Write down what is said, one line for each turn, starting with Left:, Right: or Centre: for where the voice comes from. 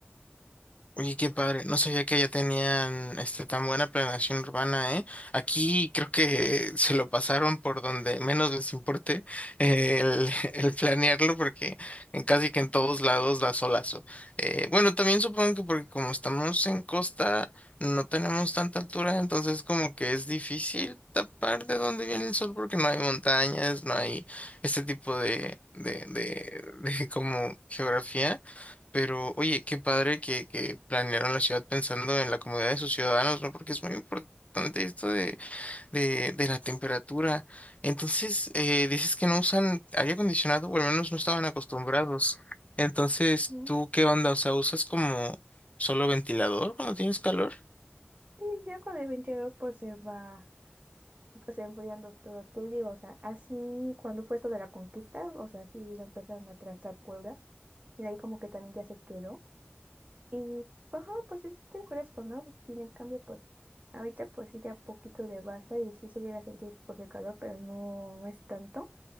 Left: Oye, qué padre. No sabía que allá tenían este tan buena planeación urbana, ¿eh? Aquí creo que se lo pasaron por donde menos les importe eh, el, <laughs> el planearlo, porque en casi que en todos lados da solazo. Eh, bueno, también supongo que porque como estamos en costa, no tenemos tanta altura, entonces como que es difícil tapar de dónde viene el sol, porque no hay montañas, no hay este tipo de, de, de, <laughs> de como geografía. Pero, oye, qué padre que, que planearon la ciudad pensando en la comodidad de sus ciudadanos, ¿no? Porque es muy importante esto de, de, de la temperatura. Entonces, eh, dices que no usan aire acondicionado, o al menos no estaban acostumbrados. Entonces,
Right: Ujú.
Left: ¿tú qué onda? O sea, ¿usas como solo ventilador cuando tienes calor?
Right: Y ya con el 22, pues se va. pues enfriando todo. Te digo, o sea, así cuando fue esto de la conquista, o sea, sí lo empezaron a trazar Puebla y de ahí como que también ya se quedó. Y, ajá, pues se siente fresco, ¿no? Y en cambio, pues ahorita pues sí ya poquito de base y sí se llega a sentir pues el calor, pero no, no es tanto.